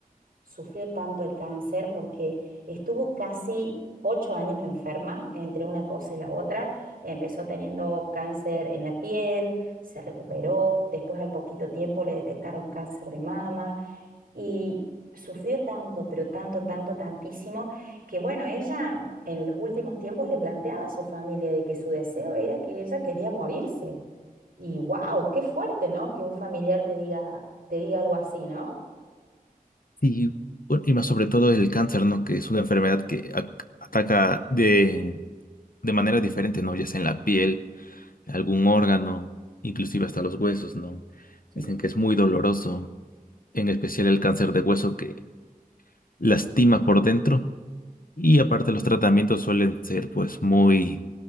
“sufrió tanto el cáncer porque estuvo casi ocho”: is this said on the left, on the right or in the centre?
Right